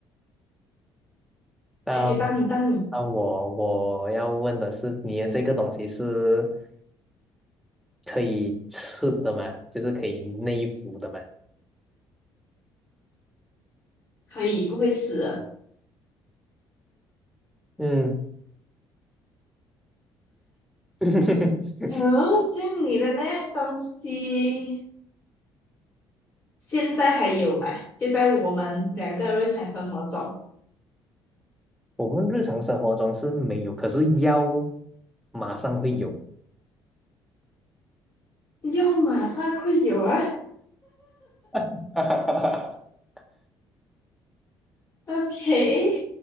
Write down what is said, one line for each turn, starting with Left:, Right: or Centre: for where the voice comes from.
Centre: 那
Left: 哎，可以当你当你
Centre: 那我我要问的是，你的这个东西是可以吃的吗？就是可以内服的吗？
Left: 可以不会死的。
Centre: 嗯，<laughs>
Left: 哎这样你的那样东西。现在还有嘛？就在我们两个日常生活中，
Centre: 我们日常生活中是没有，可是药马上会有。
Left: 用马上会有啊。
Centre: <laughs>
Left: OK，